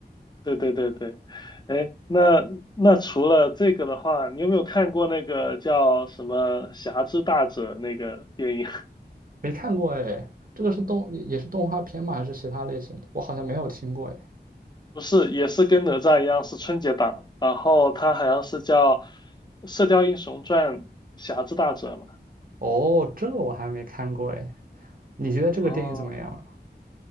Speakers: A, on the left; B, on the right.
A: 对对对对，哎，那那除了这个的话，你有没有看过那个叫什么《侠之大者》那个电影？<laughs>
B: 没看过哎。这个是动，也是动画片吗？还是其他类型的？我好像没有听过哎。
A: 不是，也是跟哪吒一样是春节档，然后它好像是叫《射雕英雄传：侠之大者》嘛。
B: 哦，这个我还没看过哎。你觉得这个电影怎么样？
A: 哦，